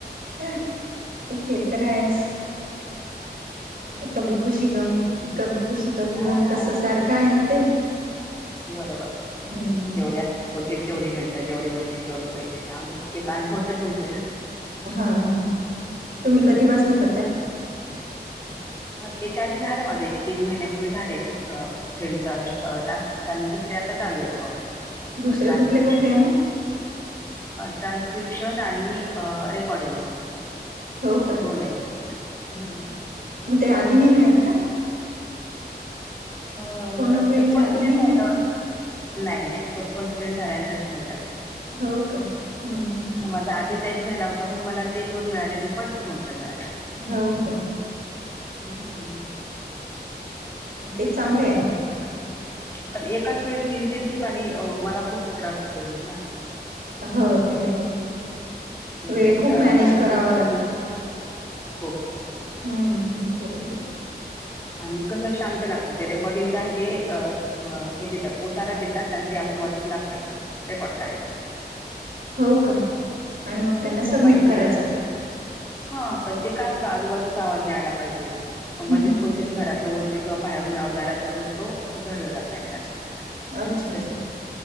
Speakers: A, on the right; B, on the left.
A: तर ते तर आहेच.
B: हम्म
A: कभी खुशी गम कभी खुशी कभी
B: हा
A: गम तस सारखा आहे ना ते.
B: बरोबर
A: हम्म
B: जेवढ्या अस होतील तेवढी मिनीट जेवढे मिळतील तेवढे पैसे जाऊदे एक अनुभव तर मिळतोय ना.
A: हा हा. तुम्ही कधीपासन
B: हम्
A: <inaudible>
B: याच्या आधी झालं माझं एक तीन महिन्यापूर्वी झाले एक फ्रीडचा टास्क आणि दुसर आता चालू आहेत मग.
A: दुसरे
B: ट्रान्स्क्रिशन.
A: कुठले कुठले आहे मग
B: ट्रान्स्क्रिप्शन आणि रेकॉर्डिंग.
A: हो
B: अशे
A: का
B: दोन आहेत हम्म.
A: म ते आधि नाही मिळत का.
B: अ
A: फोन अ फ्रेंडच्या
B: तो फोन
A: आधी
B: के
A: नाही
B: <unintelligible>
A: मिळत का
B: नाही नाही तो फोन फ्रेंड्स झाल्यानंतरच मिळतात मग.
A: हो का हम्म ह्.
B: माझा आधीचा एक झाला होता म्हण मला ते दोन मिळाले परत फोणचा मिळाला.
A: हो काय
B: हम्म.
A: ते चांगले
B: निकलतो
A: आहे
B: पण एकाच वेळी तीन तीन ठिकाणी मला खूप त्रास होते म्हण ना
A: हो ते आहे वेळ
B: ते
A: खूप
B: ट्रानसपटशन
A: मॅनेज करावा लागतो
B: खूप खूप
A: हम्म हम् बरोबर आहे
B: आणि कसं शांत लागतो त्या रेकॉर्डिंग च आहे ते अ अ हे देतात उओतारा देतात आणि ते आपण वाचून दाखवायचं रेकॉर्ड करायचं
A: हो का आणि मग
B: खूप
A: त्यांना
B: सोपं
A: सबमिट
B: आहे
A: करायचं
B: ते हा पण ते काय होतं आजूबाजूचा आवाज नाही आयला पाहिजे
A: हम्म
B: मध्येच
A: हम्म.
B: कोण जरी घरातलं बोलत किंवा बाहेरून आवाज आला तर मग तो धरला जात नाही टास्क आपला
A: अच्छा अच्छा
B: स